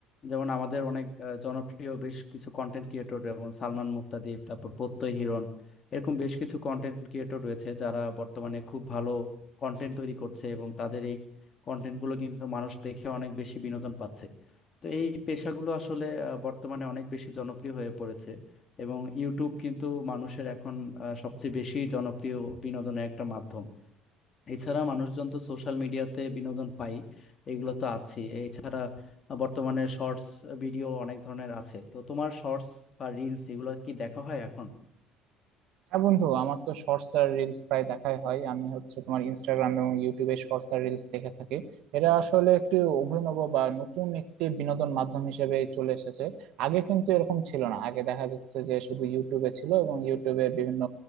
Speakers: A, on the left (about 40°); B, on the right (about 60°).
A: যেমন আমাদের অনেক আহ, জনপ্রিয় বেশ কিছু কন্টেন্ট ক্রিয়েটর যেমন সালমান মুক্তাদির তারপর প্রত্যয় হিরণ এরকম বেশ কিছু কন্টেন্ট ক্রিয়েটর রয়েছে যারা বর্তমানে খুব ভালো কন্টেন্ট তৈরি করছে এবং তাদের এই কন্টেন্ট গুলো কিন্তু মানুষ দেখে অনেক বেশি বিনোদন পাচ্ছে তো এই পেশাগুলো আসলে আহ, বর্তমানে অনেক বেশি জনপ্রিয় হয়ে পড়েছে এবং ইউটিউব কিন্তু মানুষের এখন আহ, সবচেয়ে বেশি জনপ্রিয় বিনোদনের একটা মাধ্যম এছাড়া মানুষজন তো সোশ্যাল মিডিয়াতে বিনোদন পাই এগুলো তো আছে এছাড়া বর্তমানে শর্টস ভিডিও অনেক ধরনের আছে তো তোমার শর্টস বা রিলস এগুলো কি দেখা হয় এখন
B: হ্যাঁ বন্ধু আমার তো শর্টস আর রিলস প্রায় দেখাই হয় আমি হচ্ছে তোমার ইনস্টাগ্রাম এবং ইউটিউবে শর্টস আর রিলস দেখে থাকি এটা আসলে একটি অভিনব বা নতুন একটি বিনোদন মাধ্যম হিসেবে চলে এসেছে আগে কিন্তু এরকম ছিল না আগে দেখা যাচ্ছে যে শুধু ইউটিউবে ছিল এবং ইউটিউবে বিভিন্ন